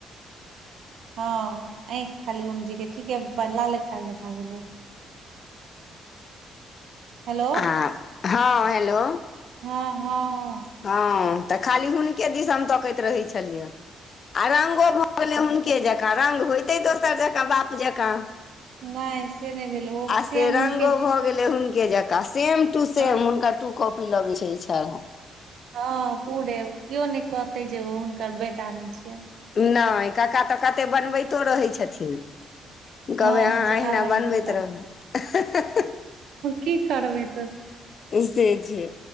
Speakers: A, on the right (about 70°); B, on the left (about 50°).
A: हँ ऐख खाली ओम जी के ठीके लाले कका जका भेलै। हेलो
B: आ हँ हेलो।
A: हँ हँ हँ
B: हँ तऽ खाली हुनके दिस हम तकैत रहे छलियनि। आ रंगो भऽ गेलै एक जकाँ रंग होयते दोसर जकाँ बाप जकाँ
A: नहि से नहि भेल ओ
B: आ
A: सेम
B: से रंगो
A: हुनके
B: भऽ गेलै हुनके जका सेम टू सेम
A: हँ
B: हुनका टू कॉपी लगे छै इ छड़ा।
A: हँ पूरे कियो नहि कहते जे ओ हुनकर बेटा नहि छियै
B: नहि काका तऽ कतेक बनबैतो रहै छथिन। कहबै
A: हँ
B: अहाँ
A: जे
B: अहिना
A: लाल भाईजी
B: बनबैत
A: के बेटा
B: रहू
A: की खराबै तऽ।
B: से छै